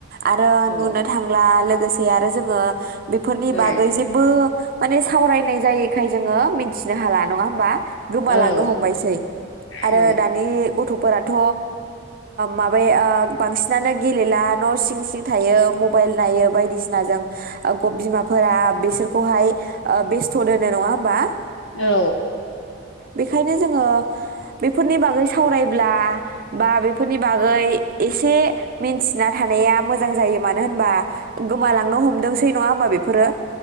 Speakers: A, on the right (about 45°); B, on the left (about 75°).
A: आरो
B: औ
A: नुनो थां लोगोसे आरो जोङो बेफोरनि
B: औ
A: बागै जेबो माने सावरायनाय जायैखाय जोङो मिथिनो हाला नङा होमबा? गोमालांनो
B: औ
A: हमबायसै आरो
B: औ
A: दानि गथफोराथ माबा बांसिनानो गेलेला न सिं सिं थायो म मबाइल नायो बायदिसिनाजों बिमाफोरा बिसोरखौहाय बेस्थ दोनो नङा होमबा
B: औ
A: बेखायनो जोङो बेफोरनि बागै सावरायब्ला बा बेफोरनि बागै एसे मिन्थिना थानाया मोजां जायो मान मानो होनबा गोमालांनो हमदोंसै नङा होमबा बेफोरो